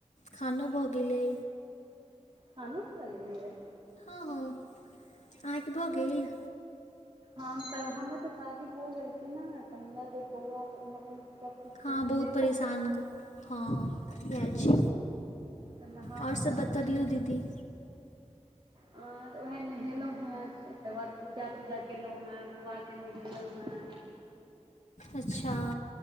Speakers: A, on the left; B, on the right.
A: खानो भऽ गेलै।
B: खानोऽ खा लेलियै।
A: हँ- हँ- आंहा के भऽ गेल?
B: हमत- हमर तऽ शादी भऽ गेल छै न तऽ हमरा जे बौआ हमरा कनि सभकिछु
A: हँ
B: अथी
A: बहुत
B: देखयके
A: परेशान क- हँ जाय छी।
B: तऽ नहा
A: और सब
B: सुना
A: बतबियौ
B: कऽ
A: दीदी।
B: हं तऽ वैऽह नहेलौहेँ तकर बाद पूजा- तूजा केलौहें, बौआ के नहेलहुँहेँ
A: अच्छा।